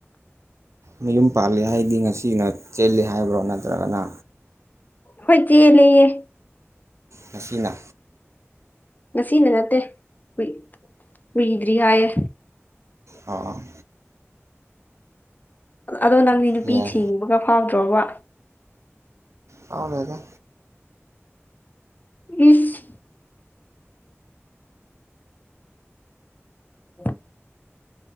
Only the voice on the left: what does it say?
ꯍꯣꯏ ꯆ‌ꯦꯜꯂ‌ꯦꯌꯦ
ꯉꯁꯤꯅ ꯅꯠꯇꯦ ꯀꯨꯏ ꯀꯨꯏꯗ꯭ꯔꯤ ꯍꯥꯏꯌꯦ
ꯑꯗꯣ ꯅꯪꯗꯤ ꯅꯨꯄꯤ
ꯊꯤꯅꯤꯡꯕꯒ ꯐꯥꯎꯗ꯭ꯔꯣꯕ
ꯏꯁ <inaudible>